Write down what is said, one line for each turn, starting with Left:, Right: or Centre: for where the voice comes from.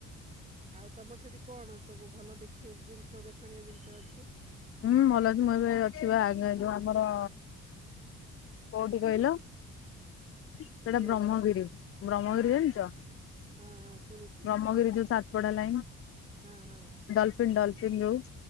Right: ଆଉ ତମର ସେଠି କଣ ସବୁ ଭଲ ଦେଖ ଜିନିଷ ଦେଖଣିଆ ଜିନିଷ ଅଛି?
Left: ହୁଁ ଭଲ କି ମୁଁ ଏବେ ଅଛିି ବା ଆଗ ଯଉ ଆମର କୋଉଠି କହିଲ ସେଇଟା
Right: ସେ
Left: ବ୍ରହ୍ମଗିରି ବ୍ରହ୍ମଗିରି
Right: ହଁ ହଁ
Left: ଜାଣିଛ?
Right: ହଁ ଶୁଣିଛି
Left: ବ୍ରହ୍ମଗିରି ଯୋଉ ସାତପଡା ଲାଇନ
Right: ହଁ ହଁ।
Left: ଡଲଫିନ ଡଲଫିନ ଯୋଉ।